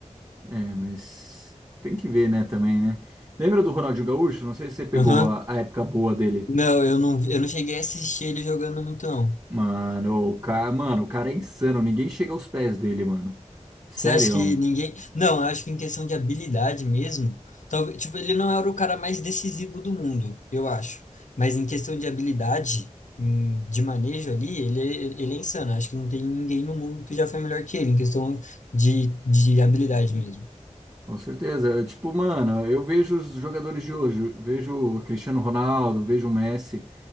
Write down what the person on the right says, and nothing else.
É, mas tem que ver, né, também, né? Lembra do Ronaldinho Gaúcho? Não sei se você pegou
a a época boa dele.
Mano, o cara, mano, o cara é insano, ninguém chega aos pés dele, mano. Sério,
com certeza. Eu, Tipo, mano, eu vejo os jogadores de hoje, eu vejo o Cristiano Ronaldo, vejo o Messi.